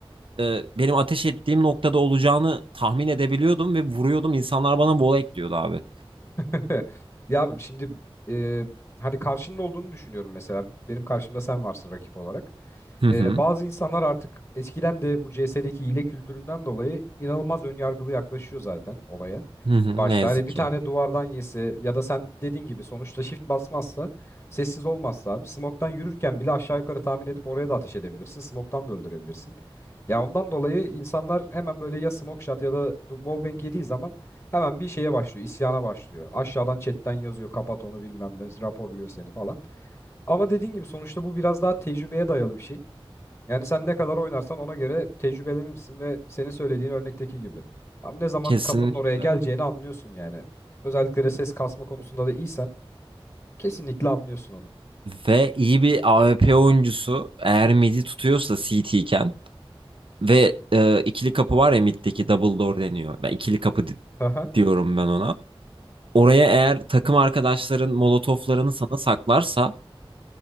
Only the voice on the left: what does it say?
<laughs> Ya abi şimdi e, hani karşının olduğunu düşünüyorum mesela. Benim karşımda sen varsın rakip olarak.
E, bazı insanlar artık eskiden de bu CS'deki hile kültüründen dolayı inanılmaz önyargılı yaklaşıyor zaten olaya.
başta.
Hani bir
tane duvardan yese ya da sen dediğin gibi sonuçta shift basmazsa sessiz olmazsa abi smoktan yürürken bile aşağı yukarı tahmin edip oraya da ateş edebilirsin. Smoktan da öldürebilirsin. Ya ondan dolayı insanlar hemen böyle ya smoke shot ya da du- wallbang yediği zaman hemen bir şeye başlıyor. isyana başlıyor. Aşağıdan chatten yazıyor kapat onu bilmem ne raporluyor seni falan. Ama dediğin gibi sonuçta bu biraz daha tecrübeye dayalı bir şey. Yani sen ne kadar oynarsan ona göre tecrübelenirsin ve senin söylediğin örnekteki gibi. Abi ne zaman
kapının oraya geleceğini anlıyorsun yani. Özellikle de ses kasma konusunda da iyisen kesinlikle anlıyorsun onu.
Aha.